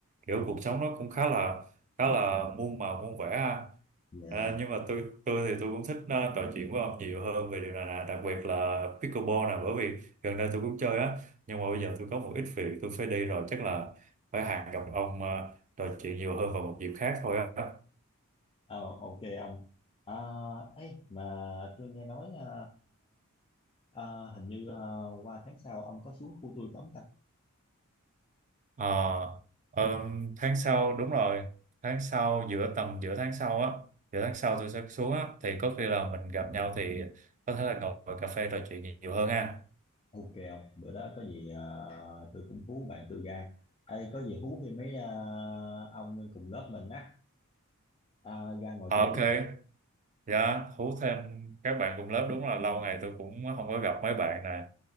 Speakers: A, on the right; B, on the left.
A: kiểu
B: dạ.
A: cuộc sống nó cũng khá là khá là muôn màu muôn vẻ ha
B: Dạ.
A: à, nhưng mà tôi tôi thì tôi cũng thích à, trò chuyện với ông nhiều hơn về điều này nè đặc biệt là pickleball nè bởi vì gần đây tôi cũng chơi á nhưng mà bây giờ tôi có một ít việc tôi phải đi rồi chắc là phải hẹn gặp ông à, trò chuyện nhiều hơn vào một dịp khác thôi á
B: Ờ, ok ông. À, ấy mà tôi nghe nói ờ, ờ, hình như ờ, qua tháng sau ông có xuống khu tôi không ta?
A: Ờ, ờm, tháng sau đúng rồi tháng sau giữa tầm giữa tháng sau á giữa tháng sau tôi sẽ xuống á thì có khi là mình gặp nhau thì có thể là ngồi cà phê trò chuyện nhiều nhiều hơn ha
B: Ok không? Bữa đó có gì à, tôi cũng hú bạn tôi ra. Ê, có gì hú thì mấy à, ông cùng lớp mình á à, ra ngồi
A: Ờ,
B: chơi
A: ok
B: chung
A: dạ hú thêm các bạn cùng lớp đúng là lâu ngày tôi cũng không có gặp mấy bạn nè